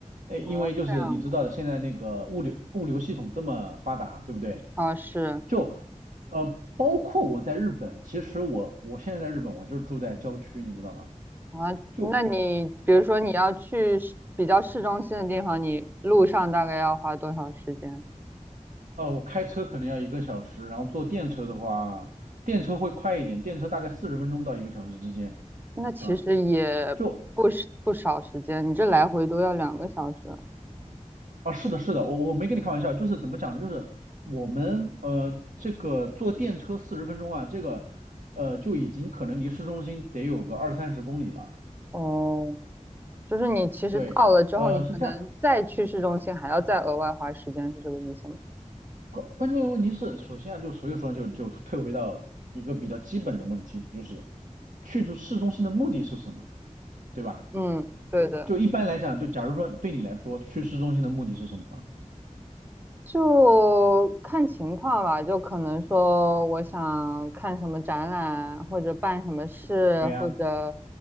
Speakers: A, on the right (about 90°); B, on the right (about 15°).
A: 诶，因为就是你知道的，
B: 哦，这样
A: 现在那个物流物流系统这么发达，对不对？
B: 啊，哦是
A: 就呃，包括我在日本，其实我我现在在日本，我就住在郊区，你知道吗？
B: 啊，
A: 就
B: 那你比如说你要去市比较市中心的地方，
A: 我
B: 你路上大概要花多少时间？
A: 呃，我开车可能要一个小时，然后坐电车的话，电车会快一点，电车大概四十分钟到一个小时之间。
B: 那其实也不是不少时间，
A: 啊，就
B: 你这来回都要两个小时。
A: 啊，是的，是的，我我没跟你开玩笑，就是怎么讲呢？就是我们呃，这个坐电车四十分钟啊，这个呃就已经可能离市中心得有个二三十公里了。
B: 哦，就是你其实到了之后，
A: 对，呃，
B: 你可能再去市中心还要再额外花时间，
A: 是这样。
B: 是这个意思吗？
A: 关关键问题是，首先啊，就所以说就就退回到一个比较基本的问题，就是去中市中心的目的是什么，对吧？
B: 嗯，对嗯的，
A: 就一般来讲，就假如说对你来说，去市中心的目的是什么？
B: 就看情况吧。就可能说我想看什么展览，或者办什么事，
A: 对呀，
B: 或者